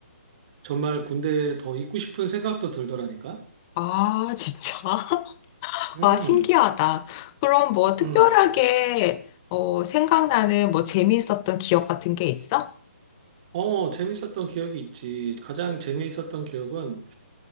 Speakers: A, on the right (about 30°); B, on the left (about 20°).
A: 정말 군대에 더 있고 싶은 생각도 들더라니까?
B: 아, 진짜? <laughs>
A: 음,
B: 와, 신기하다. 그럼 뭐 특별하게,
A: 음.
B: 어, 생각나는 뭐 재미있었던 기억 같은 게 있어?
A: 어, 재밌었던 기억이 있지. 가장 재미있었던 기억은